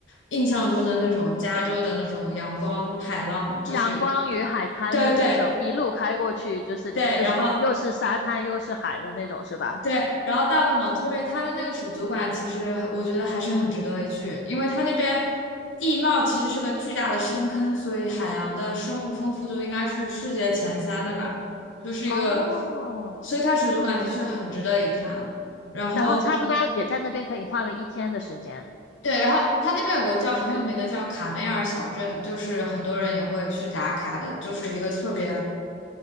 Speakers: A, on the left (about 80°); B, on the left (about 60°).
A: 印象中的那种加州的那种阳光海浪，就是
B: 阳光与海滩的那种，
A: 对对
B: 一路开过去就是两，
A: 对。
B: 就是又是沙滩又是海的那种，
A: 然后
B: 是吧？
A: 对，然后到了蒙特瑞，它的那个水族馆其实我觉得还是很值得一去，因为它那边地貌其实是个巨大的深坑，所以海洋的生物丰富度应该是世界前三的吧，就是一个，
B: 哦，
A: 所以它水族馆的确很值得一看。然后
B: 然后差不多也在那边可以花个一天的时间，
A: 对，然后它那边有个叫很有名的叫卡梅尔小镇，就是很多人也会去打卡的，就是一个特别。